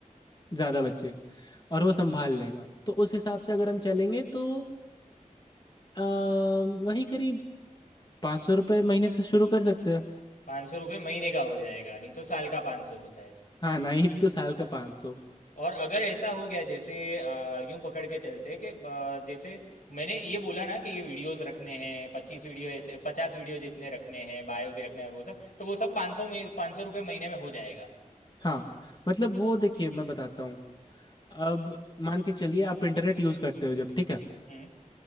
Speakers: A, on the left; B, on the left.
A: ज़्यादा बच्चे और वो संभाल लेगा तो उस हिसाब से अगर हम चलेंगे तो अ, वही करीब पाँच सौ रुपये महीने से शुरू कर सकते हैं
B: पाँच सौ रुपये महीने का हो जाएगा नहीं तो साल का पाँच सौ होता है
A: हाँ नहीं तो साल का पाँच सौ।
B: और अगर ऐसा हो गया जैसे अ, यूं पकड़ के चलते कि अ, जैसे मैंने ये बोला ना कि ये वीडियोस रखने हैं पच्चीस वीडियो ऐसे पचास वीडियो जितने रखने हैं बायो भी रखना है और वो सब तो वो सब पाँच सौ पाँच सौ रुपये महीने में हो जाएगा
A: हाँ मतलब वो देखिए मैं बताता हूँ अब मान के चलिए आप इंटरनेट यूज करते हो जब ठीक है
B: हम्म